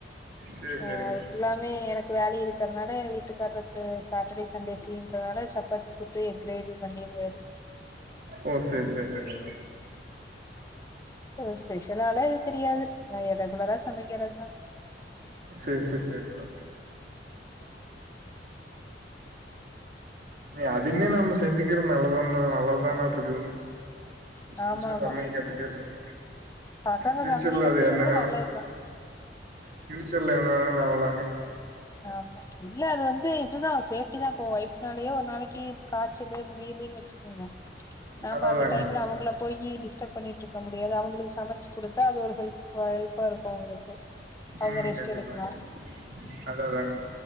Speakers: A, on the right; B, on the left.
A: சேரி சேரிங்க
B: அ அது ஃபுல்லாமே எனக்கு வேலை இருக் க்கறனால எ வீட்டுக்கா க்கு சாட்டடே சண்டே ப்ரீன்றதுனால சப்பாத்தி சுட்டு எக் கிரேவி பண்ணிறுவாரு
A: ஓ சேரி சேரி சேரிங்க
B: கொஞ்சோ ஸ்பெஷலால எது தெரியாது நா எ ரெகுலரா சமைக்றத்தா
A: சேர் சேர் சேரிங்கோ நீ அதுமே நாம செஞ்சுக்றது நல்லதான நல்லதுதானாட்ருக்குதுங்க புருச
B: ஆமா ஆமா
A: சமையல் கத்துக்குறதுங்க
B: பசங்க
A: பியூச்சர்ல
B: சமையல் கத்துக்கறது
A: அது என்ன ஆன
B: நல்லதுதா
A: பியூச்சர்ல என்ன வேணாலு ஆவலாங்க
B: ஆமா இல்ல அது வந்து இதுதா சேஃப்ட்டி தான் போ ஒய்ஃப்னாலயே ஒரு நாளைக்கு காய்ச்சலு முடியலன்னு வச்சுக்குங்க நாம
A: அதாதாங்க
B: அந்த டைம்ல அவங்கள போய் டிஸ்டர்ப் பண்ணிட்ருக்க முடியாது அவங்களுக்கு சமச்சு குடுத் தா அது ஒரு ஹெல்ப் ஹெல்ப்பா இருக்கு அவுங்களுக்கு அவுங்க
A: ம்
B: ரெஸ்ட்
A: கண்டிப்பாங்க
B: எடுக்கனு
A: அதாதாங்க